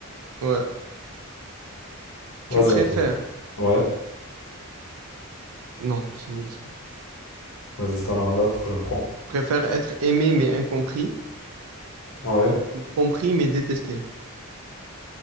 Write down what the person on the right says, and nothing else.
ouais. tu
préfères...
Non, c'est nul ça. Tu
préfères être aimé mais incompris
ou compris mais détesté.